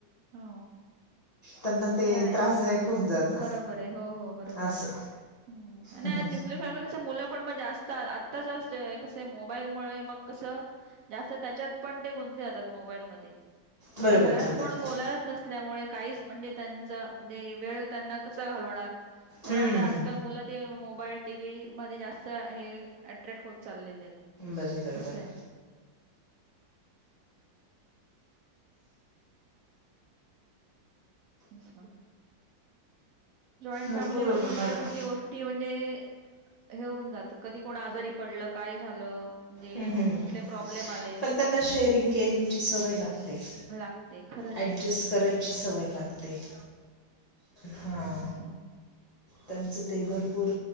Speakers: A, on the right; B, on the left.
A: हो
B: त्यांना
A: ते आहेच
B: त्रासदायक होऊन जातं
A: बरोबर आहे हो हो बरोबर
B: असं
A: आहे ह
B: हं.
A: न्यक्लिय फार् कस मुलं पण मग जास्त आत्ताच कसं मोबाईलमुळे मग कसं जास्त त्याच्यात पण ते गुंतले जातात मोबाईल म कारण
B: बरं बरं
A: घरात
B: बरं
A: को
B: बरं
A: लाच नसल्यामुळे काही म्हणजे त्यांचा म्हणे वेळ त्यांना कसा घालणार म्हणून
B: हं.
A: आता आजकाल मुलं ते मोबाईल टी व् मध्ये जास्त हे अट्रॅक्ट होत चाललेले आहेत
B: बरोबर
A: असं
B: बरर
A: आहे. अच्छा जॉईंट
B: भरपूर
A: फॅमिलीमध्ये
B: बरं
A: पण बऱपकी गो ती म्हणजे हेऊन जात कधी कोण आजारी पडलं काय झालं म्हणजे
B: हम्म हम्म
A: कुठले प्रॉब्लेम आले
B: पण त्यांना शेरिंग केअरिंग ची सवय लागते
A: लागते खरंच
B: डजस्ट
A: आहे.
B: करायची सवय लागते हा
A: असच्सा
B: त्यांचं ते भरपूर